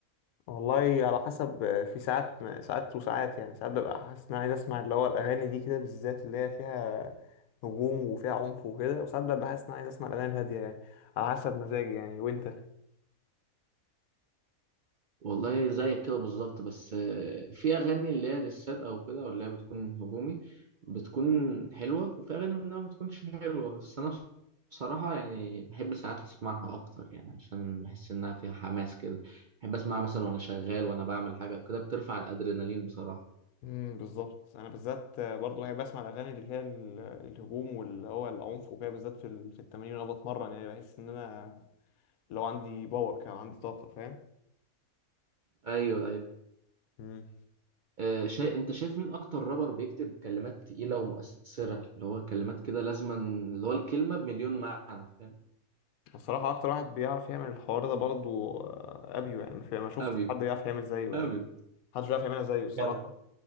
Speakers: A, on the left; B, on the right.
A: والله على حسب في ساعات ساعات وساعات يعني ساعات ببقى حاسس ان انا عايز اسمع اللي هو الاغاني دي كده بالذات اللي هي فيها هجوم وفيها عنف وكده وساعات ببقى حاسس ان انا عايز اسمع الاغاني الهاديه يعني على حسب مزاجي يعني وانت
B: والله زيك كده بالظبط بس آه، في اغاني اللي هي ديسات او كده ولا هي بتكون هجومي بتكون حلوه وفي اغاني منها ما بتكونش حلوه بس انا بصراحه يعني بحب ساعات اسمعها اكتر يعني عشان بحس انها فيها حماس كده بحب اسمعها مثلا وانا شغال وانا بعمل حاجه وكده بترفع الادرينالين بصراحه
A: امم بالظبط انا بالذات برضه بحب اسمع الاغاني اللي فيها ال- الهجوم واللي هو العنف وكده بالذات في ال- في التمارين وانا بتمرن يعني بحس ان انا لو عندي باور كده عندي طاقه فاهم
B: ايوه ايوه
A: مم.
B: آه، شا... انت شايف مين اكتر رابر بيكتب كلمات تقيله ومؤثره اللي هو كلمات كده لازما اللي هو الكلمه بمليون معنى فاهم
A: الصراحه اكتر واحد بيعرف يعمل الحوار ده برضه آه، ابيو يعني ما في- ما شفتش
B: ابيو
A: حد يعرف يعمل زيه يعني
B: ابيو
A: محدش بيعرف يعملها زيه الصراحة
B: جدع